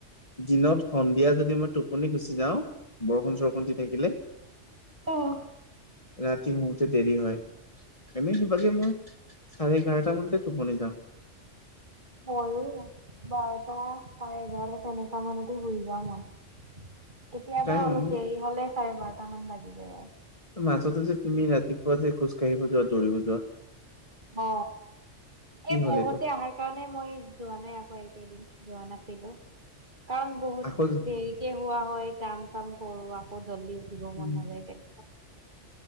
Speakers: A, on the left; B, on the right.
A: দিনত সন্ধিয়া যদি মই টোপনি গুচি যাওঁ বৰষুণ, চৰষুণ দি থাকিলে।
B: অ'।
A: ৰাতি শোওঁতে দেৰি হয়, এনেই সেইভাগে মই চাৰে এঘাৰটা মানতে টোপনি যাওঁ।
B: ময়ো বাৰটা, চাৰে এঘাৰটা তেনেকা মানতো শুই যাও মই।
A: <inaudible>
B: কেতিয়াবা
A: সেইকাৰণে
B: অলপ দেৰি হলে চাৰে বাৰটা মান বাজি যায়।
A: মাজতে যে তুমি ৰাতিপুৱা যে খোজ কাঢ়িব যোৱা, দৌৰিব যোৱা।
B: অ,
A: কি
B: এ
A: হ'ল
B: বৌহতে
A: এইটো
B: আহাৰ কাৰণে মই যোৱা নাই আকৌ এইকেইদিন যোৱা নাছিলো কাৰণ বহুত
A: আকৌ
B: দেৰি কে হোৱা হয়, কাম, চাম কৰো আকৌ জল্দি উঠিব
A: উম,
B: মন নাযায় তে